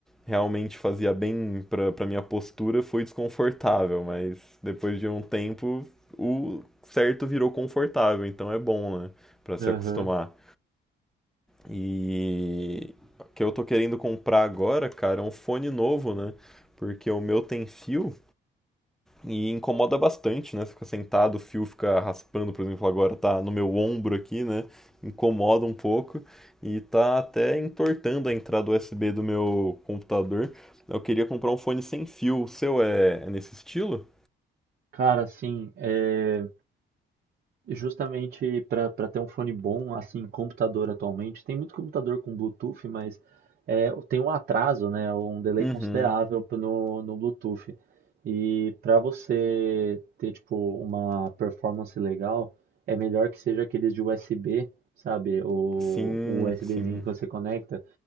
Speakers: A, in the centre; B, on the right (about 50°).
A: realmente fazia bem pra, pra minha postura, foi desconfortável. Mas depois de um tempo, o certo virou confortável. Então é bom, né, pra se
B: Aham.
A: acostumar. E o que eu tô querendo comprar agora, cara, é um fone novo, né? Porque o meu tem fio e incomoda bastante, né? Você fica sentado, o fio fica raspando, por exemplo, agora tá no meu ombro aqui, né? Incomoda um pouco e tá até entortando a entrada USB do meu computador. Eu queria comprar um fone sem fio. O seu é, é nesse estilo?
B: Cara, assim, é. E Justamente para ter um fone bom, assim, computador atualmente, tem muito computador com Bluetooth, mas é, tem um atraso, né, um delay
A: Uhum.
B: considerável pro- no, no Bluetooth. E para você ter, tipo, uma performance legal, é melhor que seja aqueles de USB, sabe? O,
A: Sim,
B: o USBzinho
A: sim.
B: que você conecta.